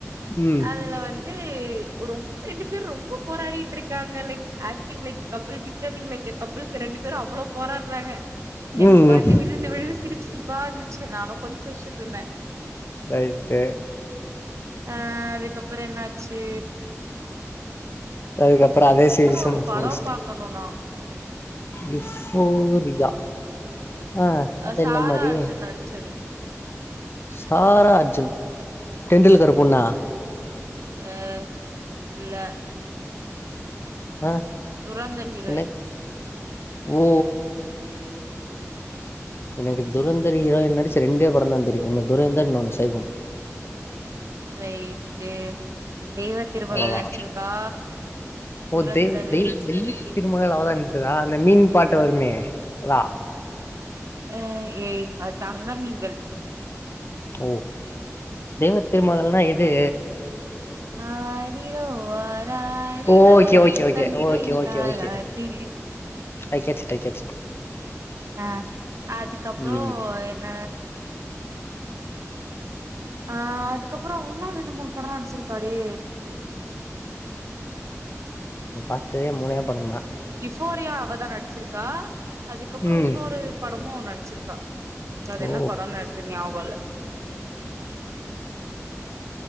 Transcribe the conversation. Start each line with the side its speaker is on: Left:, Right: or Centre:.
Left: ம்
Right: அதுல வந் து ரொம்ப ரெண்டு பேரு ரொம்ப போராடிட்டு இருக்காங்க like acting like couple becoming like அ கப்பிளுக்கு ரெண்டு பேரு அவ்ளோ போராடுறாங்க எனக்கு
Left: ம்
Right: பாத்து விழுந்து விழுந்து சிரிப்பு சிரிப்பா இருந்துச்சு நானு உக்காந்து சிருச்சுட் இருந்தே
Left: ரைட்டு
Right: அ அதுக்கப்புற என்ன ஆச்சு
Left: அதுக்கப்புறோ அதே சீரீஸு
Right: ஒரு
Left: மு
Right: படோ
Left: முச்ட்டே
Right: பாக்கணு நா
Left: யுஃபோரியா ஆ
Right: அ
Left: அது
Right: சாரா
Left: என்ன மாரி
Right: அர்ஜுன் நடிச்சது
Left: சாரா அஜுன் டெண்டுல்கர் பொண்ணா
Right: அ இல்ல
Left: ஆ
Right: துரந்தர் ஹிரோயின்
Left: என்ன ஓ எனக்கு துரந்தர் ஹிரோயின் நடிச்ச ரெண்டே பட தா தெரியு ஒன்னு துரந்தர் இன்னொன்னு சைவம்
Right: <inaudible> ரைட்டு தெய்வ திருமகள்
Left: அவ்ளோதா
Right: நடிச்சிருக்கா துரந்தரு
Left: ஓ தெய் தெய் தெய்வ திருமகள் அவதா நடிச்சதா அந்த மீன் பாட்டு வருமே அதா
Right: அ ஏய் அது தங்க மீன்கள்
Left: ஓ தெய்வத்திருமகள்னா எது
Right: ஆரிரொ ஆ ராரி
Left: ஓகே
Right: ரோ இது
Left: ஓகே ஓகே
Right: தந்தையின்
Left: ஓகே ஓகே
Right: தாலாட்டி
Left: ஓகே I get it I get it
Right: ஆ அதுக்கப்புறோ
Left: ம்
Right: என்ன ஆ அதுக்கப்புறோ ஒன்னு ரெண்டு மூணு படொலா நடிச்சிருக்காளே
Left: நா பாத்ததே மூணே பட தா
Right: இஃபோரியா அவதா நடிச்சிருக்கா அதுக்கப்புறோ
Left: ம்
Right: இன்னொரு படமு அவ நடிச்சிருக்கா அது
Left: ஓ
Right: என்ன படனு எக்கு நியா போல்ல